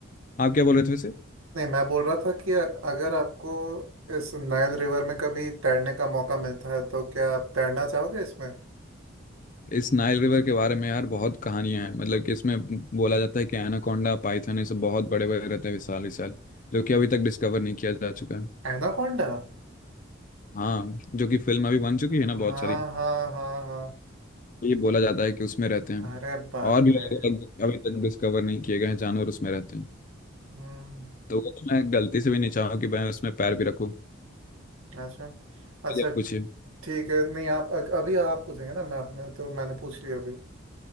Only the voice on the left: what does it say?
आप क्या बोल रहे थे वैसे
इस नाइल रिवर के बारे में यार बहुत कहानियां हैं मतलब कि इसमें बोला जाता है कि एनाकोंडा पाइथन ये सब बहुत बड़े बड़े रहते हैं विशाल विशाल जो कि अभी तक डिस्कवर नहीं किया जा चुका है
हाँ जो कि फिल्म अभी बन चुकी है ना
बहुत सारी
ये बोला जाता है कि उसमें रहते हैं
और भी
अलग अलग अभी तक डिस्कवर नहीं किए गए हैं जानवर उसमें रहते हैं
तो वो तो मैं गलती से भी नहीं चाहूँ कि मैं उसमें पैर भी रखूँ
ये पूछिए